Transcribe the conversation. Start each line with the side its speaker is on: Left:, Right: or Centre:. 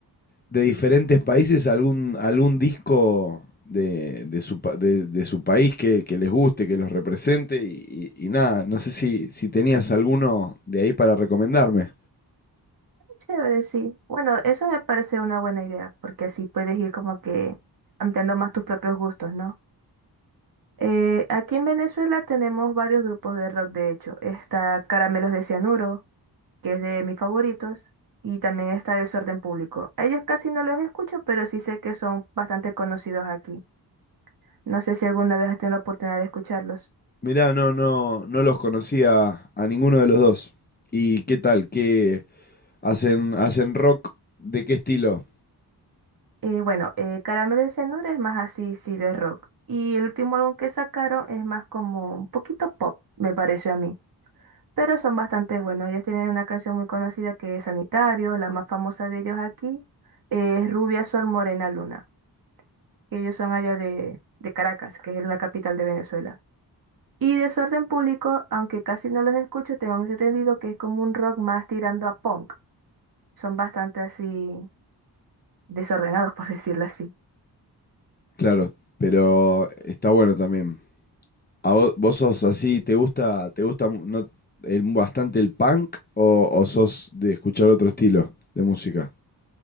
Left: de diferentes países algún, algún disco de, de su, pa- de, de su país que, que les guste, que los represente y, y- y nada, no sé si, si tenías alguno de ahí para recomendarme.
Right: Chévere, sí. Bueno, eso me parece una buena idea, porque así puedes ir como que ampliando más tus propios gustos, ¿no? Eh, aquí en Venezuela tenemos varios grupos de rock, de hecho. Está Caramelos de Cianuro, que es de mis favoritos, y también está Desorden Público. A Ellos casi no los escucho, pero sí sé que son bastante conocidos aquí. No sé si alguna vez has tenido la oportunidad de escucharlos.
Left: Mirá, no, no, no los conocía a ninguno de los dos. ¿Y qué tal? ¿Qué hacen, hacen rock? ¿De qué estilo?
Right: Eh, bueno, eh, Caramelo de Cianuro es más así, sí, de rock. Y el último álbum que sacaron es más como un poquito pop, me pareció a mí. Pero son bastante buenos. Ellos tienen una canción muy conocida que es Sanitario, la más famosa de ellos aquí, eh, es Rubia Sol Morena Luna, que ellos son allá de, de Caracas, que es la capital de Venezuela. Y Desorden Público, aunque casi no los escucho, tengo entendido que es como un rock más tirando a punk. Son bastante así desordenados, <laughs> por decirlo así.
Left: Claro, pero está bueno también. ¿A vos, vos sos así, te gusta, te gusta mu- no- el- bastante el punk o, o sos de escuchar otro estilo de música?